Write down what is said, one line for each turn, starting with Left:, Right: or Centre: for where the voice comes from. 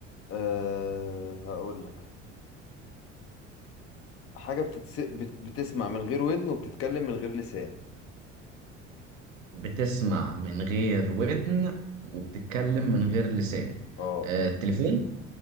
Left: آه هقول لك حاجة بتتس... بت... بتسمع من غير ودن وبتتكلم من غير لسان
Right: بتسمع من غير ودن وبتتكلم من غير لسان
Left: اه
Right: آه، التليفون